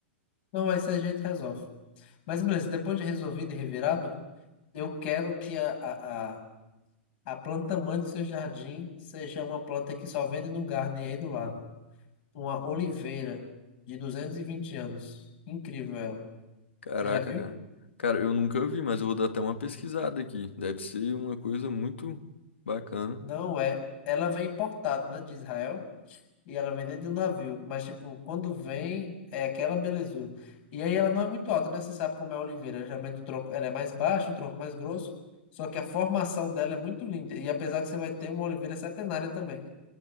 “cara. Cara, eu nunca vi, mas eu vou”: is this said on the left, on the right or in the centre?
Left